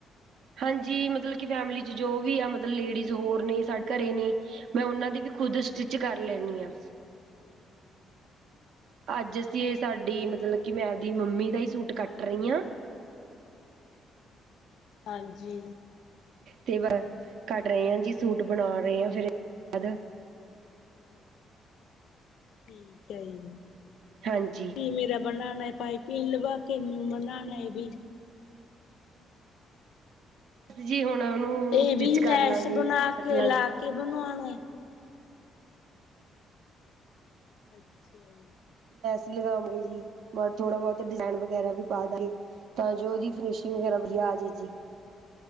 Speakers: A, on the right (about 75°); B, on the left (about 75°).
A: ਹਾਂਜੀ ਮਤਲਬ ਕਿ ਫੈਮਿਲੀ ਚ ਜੋ ਵੀ ਆ ਮਤਲਬ ਲੇਡੀਜ਼ ਹੋਰ ਨੇ ਸਾਡੇ, ਘਰ ਨੇ ਮੈਂ ਓਨਾਂ ਦੀ ਵੀ ਖੁਦ ਸਟਿੱਚ ਕਰ ਲੈਨੀ ਆ। ਅੱਜ ਅਸੀਂ ਇਹ ਸਾਡੀ
B: ਹਾਂਜੀ।
A: ਮਤਲਬ ਕਿ ਮੈਂ ਆਪਦੀ ਮੰਮੀ ਦਾ ਹੀ ਸੂਟ ਕੱਟ ਰਹੀ ਆ।
B: ਹਾਂਜੀ
A: ਤੇ ਕੱਟ ਰਹੇ ਆ ਜੀ। ਸੂਟ ਬਨਾ ਰਹੇ ਆ ਫਿਰ ਬਾਦ
B: ਠੀਕ ਐ ਜੀ।
A: ਹਾਂਜੀ
B: ਕਿਵੇ ਦਾ ਬਣਾਣਾ ਏ ਪਾਈਪਿੰਨ ਲਵਾ ਕੇ ਮਣਾਣਾ ਐ ਵੀ
A: ਜੀ ਹੋਣ ਉਹਨੂੰ
B: ਏ
A: ਸਟਿਚ
B: ਵੀ
A: ਕਰ
B: ਲੈਸ
A: ਲਾਂਗੇ
B: ਬਣਾ
A: ਕੱਟ
B: ਕੇ
A: ਲਾਂਗੇ
B: ਲਾ ਕੇ ਬਨੋਨਾ ਏ। ਅੱਛਾ ਜੀ।
A: ਸੀਂ ਲਗਾਵਾਂਗੇ ਜੀ ਪਰ ਥੋੜਾ ਬੋਤ ਡਿਜ਼ੇਨ ਵਗੈਰਾ ਵੀ ਪਾ ਦੇਨ। ਤਾਂ ਜੋ ਓਦੀ ਫਿਨਿਸ਼ਿੰਗ ਵਗੈਰਾ ਵਧੀਆ ਆਜੇ ਜੀ।